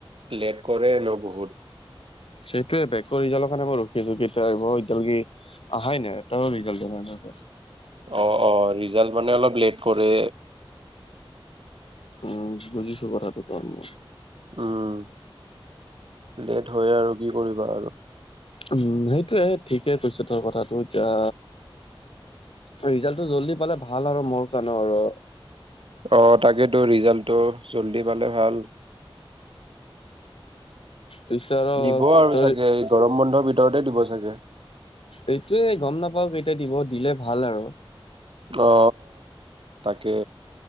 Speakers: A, on the right; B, on the left.
A: লেট কৰে ন বহুত।
B: সেইটোৱে বেকৰ ৰিজাল কাৰনে মই ৰখি আছো কেতিয়া আহিব এতিয়ালৈকে আহাই নাই, এটাও ৰিজাল্ট অহা নাই আকৌ।
A: অ, অ ৰিজাল্ট মানে অলপ লেট কৰে।
B: উম বুজিছো কথাটো তোৰ মই।
A: উম, লেট হয় আৰু কি কৰিবা আৰু।
B: উম সেইটোয়ে ঠিকেই কৈছ তই কথাটো এতিয়া ৰিজাল্টটো জল্দি পালে ভাল আৰু মোৰ কাৰণেও আৰু।
A: অ তাকেতো ৰিজাল্টটো জল্দি পালে ভাল।
B: পিছে আৰু
A: দিব আৰু
B: তই
A: চাগে এই গৰম বন্ধৰ ভিতৰতে দিব চাগে?
B: এইটোয়ে গম নাপাও কেতিয়া দিব, দিলে ভাল আৰু।
A: অ, তাকে।